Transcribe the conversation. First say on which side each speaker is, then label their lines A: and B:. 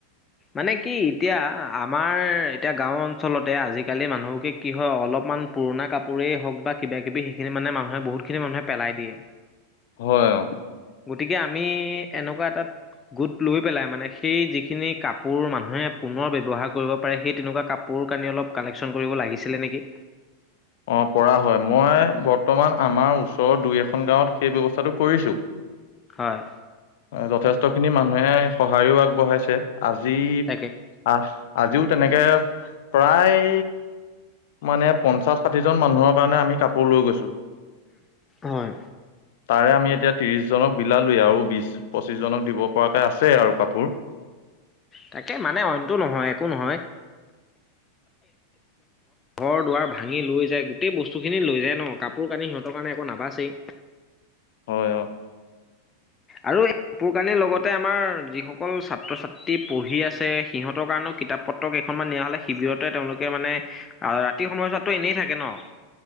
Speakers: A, on the left; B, on the left.
A: মানে কি এতিয়া আমাৰ এতিয়া গাও অঞ্চলতে আজিকালি মানুহকে কি হয় অলপমান পুৰণা কাপোৰেই হওক বা কিবা কিবি সেইখিনি মানে মানুহে বহুতখিনি মানুহে পেলাই দিয়ে।
B: হয় অ'।
A: গতিকে আমি এনেকুৱা এটাত গোট লৈ পেলাই, মানে সেই যিখিনি কাপোৰ কাপোৰ মানুহে পুনৰ ব্যৱহাৰ কৰিব পাৰে, সেই তেনেকুৱা কাপোৰ-কানি অলপ কালেকছন কৰিব লাগিছিলে নেকি?
B: অ পৰা হয়। মই বৰ্তমান আমাৰ ওচৰৰ দুই-এখন গাঁৱত সেই ব্যৱস্থাটো কৰিছো
A: হয়।
B: যথেষ্ট খিনি মানুহে সহায়ো আগবঢ়াইছে। আজি
A: তাকে।
B: <unintelligible> আজিও তেনেকে প্ৰায় মানে পঞ্চাশ-ষাঠিজন মানুহৰ কাৰণে আমি কাপোৰ লৈ গৈছো।
A: হয়।
B: তাৰে আমি এতিয়া ত্ৰিশজনক বিলালোৱে আৰু বিশ পঁচিশ জনক দিব পৰাকে আছে আৰু কাপোৰ।
A: তাকে মানে অইনটো নহয়। একো নহয়। ঘৰ দুৱাৰ ভাঙি লৈ যায়। গোটেই বস্তুখিনি লৈ যায় ন। কাপোৰ-কানি সিহঁতৰ কাৰণে একো নাবাচেই।
B: হয়। অহ।
A: আৰু এই কাপোৰ-কানিৰ লগতে আমাৰ যিসকল অকল ছাত্ৰ ছাত্ৰী পঢ়ি আছে, সিহঁতৰ কাৰণেও কিতাপ-পত্ৰ কেইখনমান নিয়া হলে, শিবিৰতে তেওঁলোকে মানে ৰাতিৰ সময়ছোৱাতটো এনেই থাকে ন।